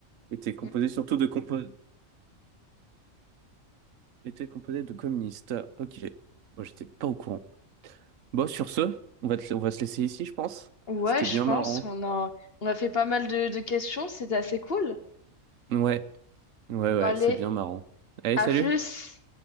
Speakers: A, on the right (about 70°); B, on the left (about 45°).
A: Était composé
B: Hum.
A: surtout de, compo- était composé de communistes. Ok. Moi, j'étais pas au courant. Bon, sur ce, on va, te- on va se laisser ici, je pense.
B: Ouais,
A: C'était
B: je
A: bien
B: pense.
A: marrant.
B: On a, on a fait pas mal de, de questions. C'était assez cool.
A: Ouais, ouais, ouais,
B: Bon, allez,
A: c'est bien marrant. Allez,
B: À
A: salut!
B: plus.